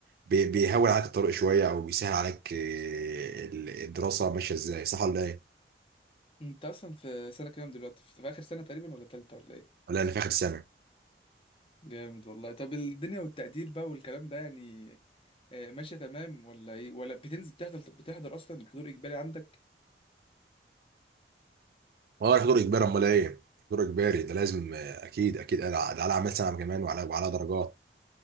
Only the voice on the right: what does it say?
بي- بيهون عليك الطريق شوية أو بيسهل عليك آه، ال- الدراسة ماشية ازاي صح ولا إيه؟
ولا أنا في آخر سنة؟
والله الحضور إجباري أمال إيه؟ الحضور إجباري ده لازم آه، أكيد أكيد أنا- ده على أعمال سنة كمان وعلى وعلى درجات